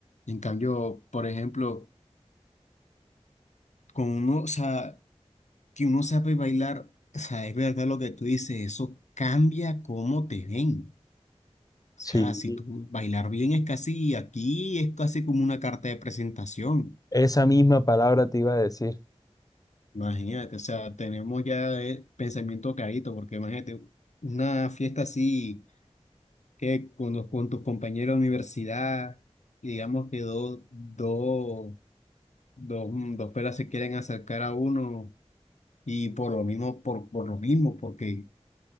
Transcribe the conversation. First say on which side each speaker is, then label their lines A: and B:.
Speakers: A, on the left; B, on the left.
A: En cambio, por ejemplo, con uno, o sea, que uno sabe bailar, o sea, es verdad lo que tú dices, eso cambia cómo te ven. O sea,
B: Sí,
A: si tú bailar bien es casi, aquí es casi como una carta de presentación.
B: esa misma palabra te iba a decir.
A: Imagínate, o sea, tenemos ya el pensamiento clarito, porque imagínate, una fiesta así, eh, con, los- con tus compañeros de universidad, y digamos que dos, dos, dos, mm, dos peras se quieren acercar a uno. Y por lo mismo, por, por lo mismo, porque